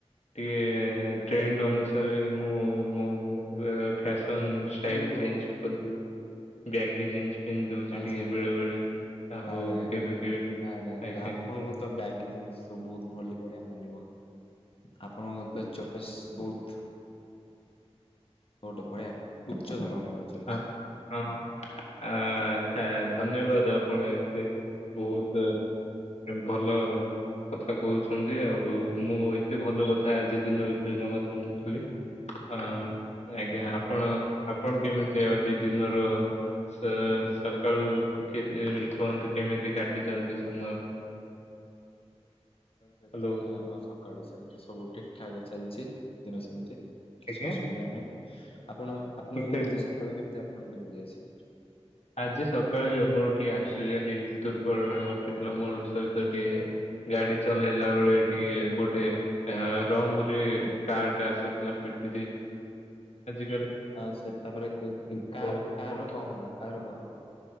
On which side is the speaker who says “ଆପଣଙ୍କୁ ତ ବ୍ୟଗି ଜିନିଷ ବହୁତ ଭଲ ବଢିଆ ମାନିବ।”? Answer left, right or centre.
Left